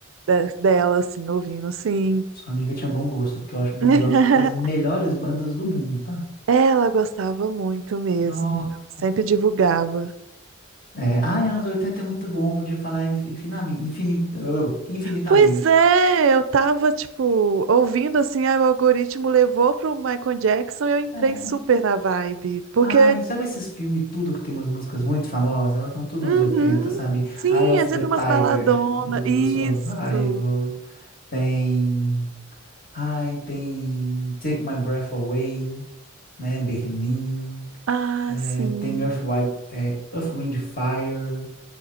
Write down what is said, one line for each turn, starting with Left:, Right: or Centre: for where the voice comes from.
Right: de- dela, assim, ouvindo, sim.
Left: Sua amiga tinha bom gosto, porque eu acho Bon
Right: <laughs>
Left: Jovi uma das melhores bandas do mundo, tá?
Right: Ela gostava muito mesmo,
Left: Nossa.
Right: ela sempre divulgava.
Left: É, ai, anos 80 é muito bom, podia falar infinitamente. infinitamente.
Right: Pois é, eu tava, tipo, ouvindo, assim, aí o algoritmo levou pro Michael Jackson e eu entrei
Left: É.
Right: super na vibe. Porque,
Left: Ai, sabe esses filmes tudo que tem umas músicas muito famosas? Elas são tudo
Right: uhum,
Left: anos 80, sabe?
Right: sim,
Left: Eye of
Right: é sempre
Left: the Tiger,
Right: umas baladonas,
Left: do, do,
Right: isso.
Left: do Survival. Tem. Ai, tem Take My Breath Away, né? Berlim,
Right: Ah,
Left: é,
Right: sim.
Left: tem Earth, Wi- é, Earth, Wind and Fire,